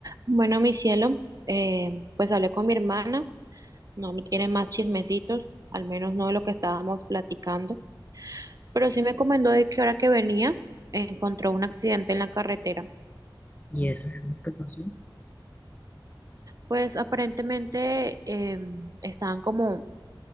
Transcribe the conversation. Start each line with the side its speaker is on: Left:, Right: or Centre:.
Right: Bueno, mi cielo, eh, pues hablé con mi hermana, no me tiene más chismecitos, al menos no de lo que estábamos platicando, pero sí me comentó de que ahora que venía encontró un accidente en la carretera.
Left: Y eso, mi amor, ¿qué pasó?
Right: Pues aparentemente eh, estaban como,